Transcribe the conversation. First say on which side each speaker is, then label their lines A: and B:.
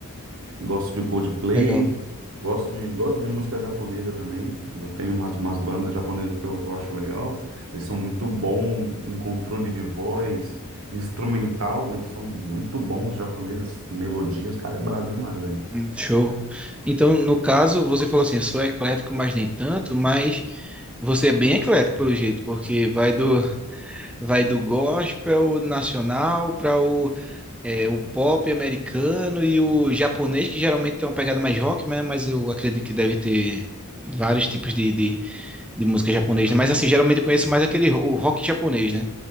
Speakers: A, on the right; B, in the centre.
A: Gosto de Coldplay,
B: Legal.
A: gosto de, gosto de música japonesa também. Eu tenho umas, umas bandas japonesas que eu, que eu acho legal. Eles são muito bons em controle de voz, instrumental, eles são muito bons, os japoneses, melodias, o cara é brabo demais, velho.
B: Hum, Show. Então, no caso, você falou assim, eu sou eclético, mas nem tanto, mas você é bem eclético pelo jeito, porque vai do <laughs> vai do gospel nacional para o, é, o pop americano e o japonês, que geralmente tem uma pegada mais rock, né? Mas eu acredito que deve ter vários tipos de, de, de música japonesa. né? Mas assim, geralmente eu conheço mais aquele ro- o rock japonês, né?